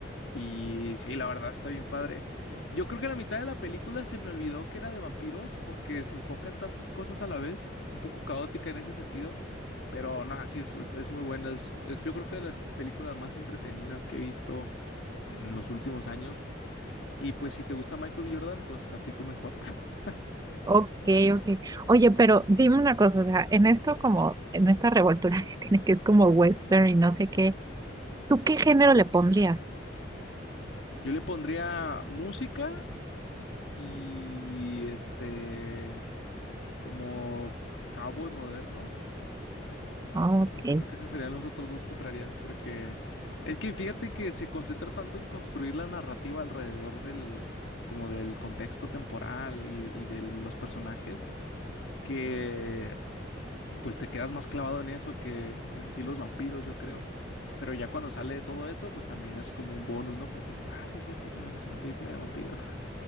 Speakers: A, on the left; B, on the right.
A: Y sí, la verdad está bien padre. Yo creo que la mitad de la película se me olvidó que era de vampiros porque se enfoca en tantas cosas a la vez, un poco caótica en ese sentido, pero no, sí, es, es- es muy buena. Es, es- yo creo que de las películas más entretenidas que he visto en los últimos años. Y pues si te gusta Michael B. Jordan, pues tantito mejor. <laughs>
B: Ok, ok. Oye, pero dime una cosa, o sea, en esto como, en esta revoltura <laughs> que tiene, que es como western y no sé qué, ¿tú qué género le pondrías?
A: Yo le pondría música y este, como cowboy moderno.
B: Ah, Ok.
A: Yo creo que esos serían los otros dos que entrarían, porque es que fíjate que se concentra tanto en construir la narrativa alrededor del, como del contexto temporal y, y de los personajes, que pues te quedas más clavado en eso que en sí los vampiros, yo creo. Pero ya cuando sale de todo eso, pues también es como un bonus, ¿no? Porque dices, ah, sí es cierto, también es una película de vampiros.